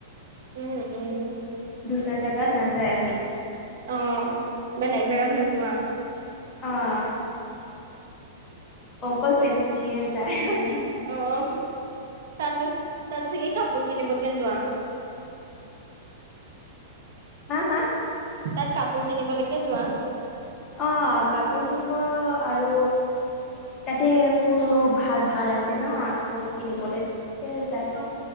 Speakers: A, on the right; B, on the left.
A: উম', উম'।
B: দুচৰা জাগাত নাযায় আমি।
A: অ বেলেগ জেগাত নোযোৱা।
B: অহ'। অকল ফেঞ্চিয়ে যায় আমি।
A: অহ' তাত। তাত চাগে কাপোৰ কিনিবকে যোৱা।
B: হা হা।
A: তাত কাপোৰ কিনিবলৈকে যোৱা
B: অহ' কাপোৰ কিনিব আৰু তাতে ফুলো ভাল-ভাল আছে ন, ফুল কিনিবলৈ তাতে যায়।
A: অ